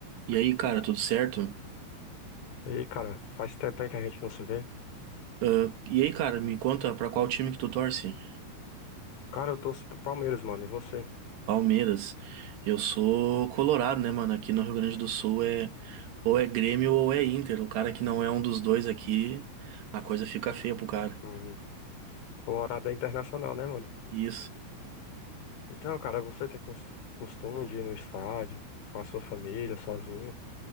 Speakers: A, on the right (about 65°); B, on the left (about 65°).
A: E aí, cara, tudo certo?
B: E, cara, faz tempo aí que a gente não se vê.
A: Ah, e aí, cara, me conta pra qual time que tu torce?
B: Cara, eu torço pro Palmeiras, mano. E você?
A: Palmeiras. Eu sou colorado, né, mano? Aqui no Rio Grande do Sul é ou é Grêmio ou é Inter. O cara que não é um dos dois aqui, a coisa fica feia pro cara.
B: Hum, o horário é internacional, né, mano?
A: Isso.
B: Então, cara, você tem cons- costume de ir no estádio com a sua família, sozinho?